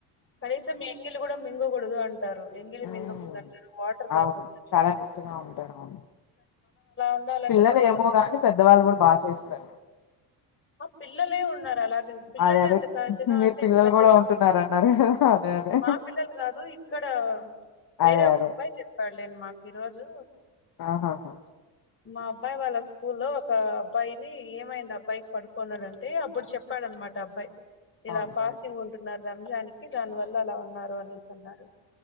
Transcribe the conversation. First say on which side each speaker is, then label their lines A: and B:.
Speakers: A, on the left (about 30°); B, on the left (about 50°).
A: కనీసం ఎంగిలి కూడదు మింగగుడదు అంటారు ఎంగిలి
B: మ్మ్
A: మింగకూడదు అంటారు వాటర్
B: అవును
A: తాగకూడదంటారు.
B: చాలా నిష్టగా ఉంటారు అవును
A: ఉండాలంటే
B: పిల్లలు
A: పడిపోతాం
B: ఏమో కాగాని పెద్దవాళ్ళు కూడా బాగా చేస్తారు
A: ఆ పిలల్లే ఉన్నారూ అలాగే పిల్లలే
B: అదే అదే
A: అంత కరెక్ట్ గా
B: మీరు
A: ఉంటే
B: పిల్లలు
A: ఇంకా పెద్ద
B: కూడా
A: వాళ్లు
B: ఉంటున్నారు అన్నారు కదా అదే అదే
A: మా పిల్లలు కాదు. ఇక్కడ వేరే
B: అదే
A: ఒక
B: అదే
A: అబ్బాయి చెప్పాడులేను మాకు ఈ రోజు
B: ఆహహా
A: మా అబ్బాయి వాళ్ళ స్కూల్లో ఒక అబ్బాయిని ఏమైంది అబ్బాయికి పడుకోన్నాడంటే అప్పుడు చెప్పాడన్నమాట అబ్బాయి ఇలా
B: ఓకే
A: ఫాస్టింగ్
B: ఓకే
A: ఉంటున్నారు రంజాన్నికి దాని వల్ల అలా ఉన్నారు అనేసి అన్నారు